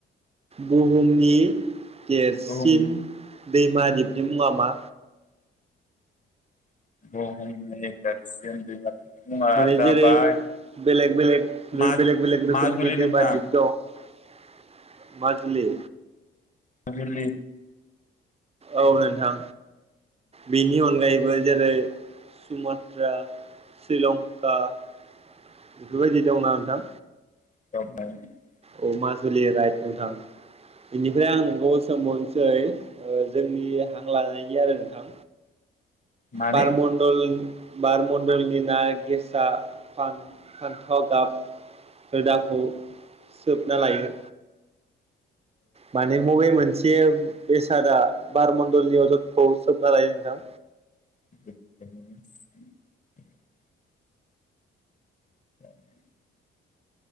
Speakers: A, on the right (about 20°); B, on the left (about 25°).
A: बुहुमनि देरसिन
B: बुहुम
A: दैमा दिबनि मुङा मा?
B: <unintelligible>
A: माने
B: जाबाय
A: जेरै- बेलेग बेलेग
B: माग
A: बेलेग बेलेग रोखोमनि
B: माजुलि नोंथां
A: दैमा दिप दं माजुलि
B: माजुलि
A: औ नोंथां बिनि अनगायैबो जेरै सुमत्रा शिलं बा बेफोरबायदि दंना नोंथां
B: <unintelligible>
A: औ माजुलि राइट नोंथां बेनिफ्राय आं नोंखौ सोंबावनोसै जोंनि हां लानायनि आरो नोंथां
B: माने
A: बारमण्डल बार मनण्डलनिना गेसा फान फान्थाव गाब होदाखौ सोबना लायो। माने मबे मोन से बेसादा बारमण्डलनि अजदखौ सोबना लायो नोंथां?
B: <unintelligible> <inaudible>